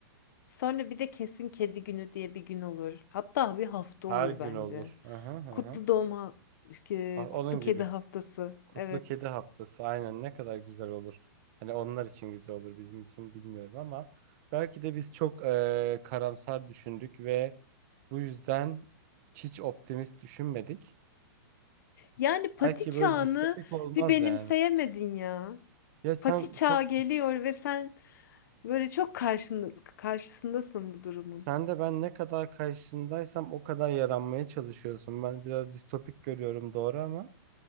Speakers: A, on the left; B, on the right.
A: Sonra bir de kesin kedi günü diye bir gün olur. Hatta bir hafta
B: Her
A: olur
B: gün
A: bence.
B: olur. Aha, aha.
A: Kutlu doğma, e,
B: Ha, Onun
A: kutlu kedi
B: gibi.
A: haftası.
B: Kutlu
A: Evet.
B: Kedi Haftası aynen ne kadar güzel olur. Hani onlar için güzel olur bizim için bilmiyorum ama belki de biz çok e, karamsar düşündük ve bu yüzden hiç optimist düşünmedik.
A: Yani pati
B: Belki
A: çağını
B: böyle distopik olmaz
A: bir benimseyemedin
B: yani.
A: ya.
B: Ya sen
A: Pati çağı
B: çok
A: geliyor ve sen böyle çok karşında, karşısındasın bu durumun.
B: Sen de ben ne kadar karşındaysam o kadar yaranmaya çalışıyorsun. Ben biraz distopik görüyorum doğru ama